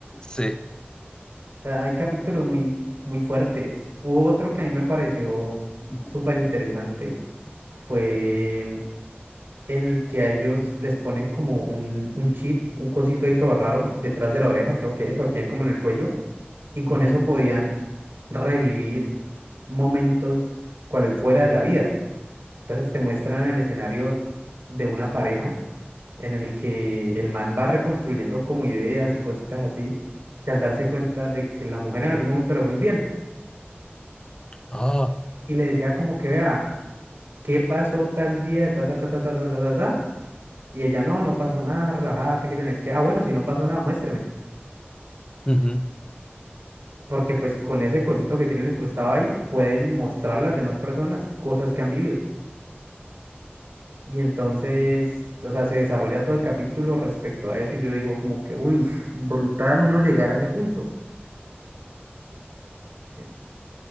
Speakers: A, on the left; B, on the right.
A: Sí.
B: O sea, hay capítulos muy, muy fuertes. Hubo otro que a mí me pareció
A: Ujú,
B: súper interesante. Fue en el que a ellos les ponen como un, un chip, un cosito ahí todo raro, detrás de la oreja, creo que es o aquí como en el cuello, y con
A: ujú.
B: eso podían revivir momentos cuales fuera de la vida. Entonces te muestran el escenario de una pareja en el que el man va reconstruyendo como ideas y cositas así, y al darse cuenta de que la mujer en algún momento le fue infiel,
A: Ah,
B: y le decía como que vea, ¿qué pasó tal día? Ta, ta, ta, ta, ta, ta, ta, ta, ta. Y ella, no, no pasó nada, relájate, que yo no sé qué. Ah, bueno, si no pasó nada, muéstreme.
A: ujú.
B: Porque pues con ese cosito que tienen incrustado ahí, pueden mostrarle a las demás personas cosas que han vivido. Y entonces, o sea, se desarrolla todo el capítulo respecto a eso y yo digo como que, uy, es brutal uno llegar a ese punto. Eh,